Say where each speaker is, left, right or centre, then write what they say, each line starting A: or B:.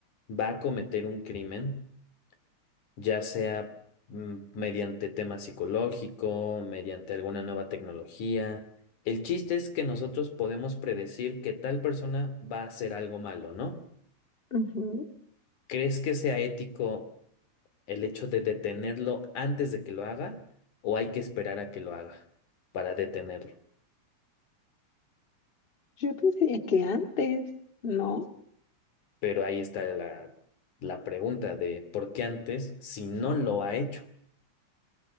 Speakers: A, on the left (about 80°); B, on the left (about 20°).
A: va a cometer un crimen, ya sea mm, mediante tema psicológico, mediante alguna nueva tecnología, el chiste es que nosotros podemos predecir que tal persona va a hacer algo malo, ¿no?
B: ujú.
A: ¿Crees que sea ético el hecho de detenerlo antes de que lo haga o hay que esperar a que lo haga para detenerlo?
B: Yo pensaría que antes, ¿no?
A: Pero ahí está la, la pregunta de por qué antes, si no lo ha hecho,